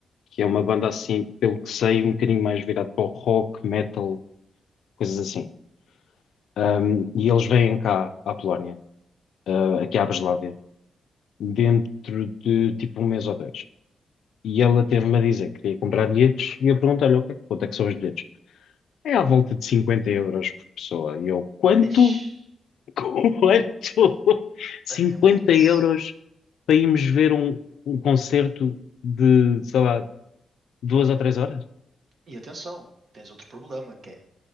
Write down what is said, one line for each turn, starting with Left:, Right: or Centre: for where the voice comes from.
Left: que é uma banda assim, pelo que sei, um bocadinho mais virado para o rock, metal, coisas assim. Um, e eles vêm cá à Polónia, uh, aqui à Breslávia, dentro de tipo um mês ou dois. E ela teve-me a dizer que queria comprar bilhetes e eu perguntei-lhe, ok, quanto é que são os bilhetes? É à volta de cinquenta euros por pessoa. E eu, quanto?
Right: Eish,
Left: <laughs> Quanto? cinquenta
Right: é muito.
Left: euros para irmos ver um, um concerto de, sei lá, Duas a três horas?
Right: E atenção, tens outro problema que é